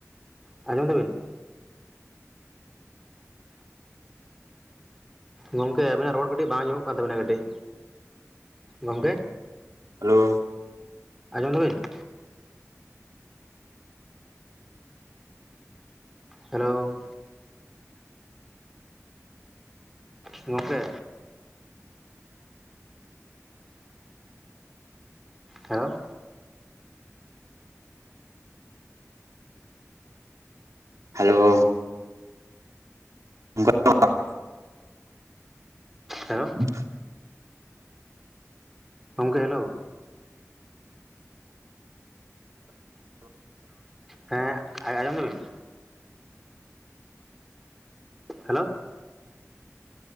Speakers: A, in the centre; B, on the right (about 85°).
A: ᱟᱸᱡᱚᱢ ᱫᱟᱹᱵᱤᱱ? ᱜᱚᱢᱠᱮ ᱟᱹᱵᱤᱱᱟᱜ ᱨᱚᱲ ᱠᱟᱹᱴᱤᱡ ᱵᱟᱝ ᱟᱡᱢᱚᱜ ᱠᱟᱱ ᱛᱟᱵᱤᱱᱟ ᱠᱟᱹᱴᱤᱡ ᱜᱚᱢᱠᱮ
B: ᱦᱮᱞᱳ
A: ᱟᱸᱡᱚᱢ ᱫᱟᱹᱵᱤᱱ? ᱦᱮᱞᱳ ᱜᱚᱝᱠᱮ ᱦᱮᱞᱳ
B: ᱦᱮᱞᱳ <inaudible>
A: ᱦᱮᱞᱳ
B: <unintelligible>
A: ᱜᱚᱢᱠᱮ ᱦᱮᱞᱳ ᱦᱮᱸ ᱟ ᱟᱡᱚᱢ ᱫᱟᱹᱵᱤᱱ? ᱦᱮᱞᱳ